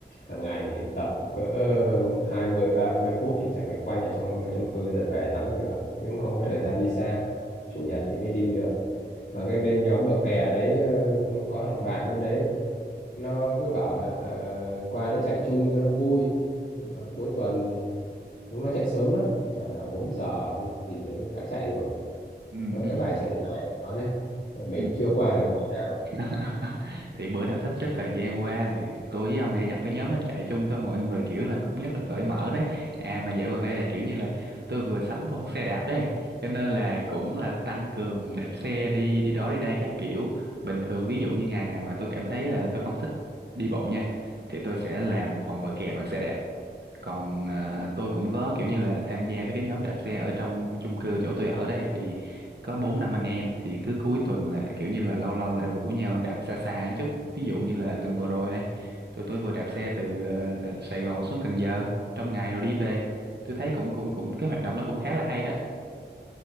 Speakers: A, on the left; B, on the right.
A: hàng ngày thì tập cỡ ờ, hai mươi ba mươi phút thì chạy quanh quanh ở trong ờ, chung cư rồi về tắm rửa nhưng cũng không có thời gian đi xa chủ nhật thì mới đi được và cái bên nhóm bờ kè đấy ờ, cũng có thằng bạn bên đấy nó cứ bảo là ờ, qua đấy chạy chung cho nó vui và cuối tuần thì chúng nó chạy sớm lắm toàn là 4 giờ thì đã chạy rồi
B: ừ
A: và cái bài chạy dài của nó đấy mình
B: ừ.
A: chưa qua được mùa nào
B: <laughs> thì bữa nào sắp xếp thời gian qua thì tôi với ông thì nhập cái nhóm nó chạy chung thôi mọi người kiểu là cũng rất là cởi mở đấy à mà dạo gần đây là kiểu như là tôi vừa sắm con xe đạp đấy cho nên là cũng là tăng cường đạp xe đi đi đó đi đây các kiểu bình thường ví dụ như ngày nào mà tôi cảm thấy là tôi không thích đi bộ nha thì tôi sẽ làm một vòng bờ kè bằng xe đạp còn à, tôi cũng có kiểu như là tham gia với cái nhóm đạp xe ở trong chung cư chỗ tôi ở đây thì có bốn năm anh em thì cứ cuối tuần là kiểu như là lâu lâu lại rủ nhau đạp xa xa một chút ví dụ như là tuần vừa rồi này tụi tôi vừa đạp xe từ ờ, Sài Gòn xuống Cần Giờ trong ngày rồi đi về tôi thấy cũng cũng cũng cái hoạt động nó cũng khá là hay đó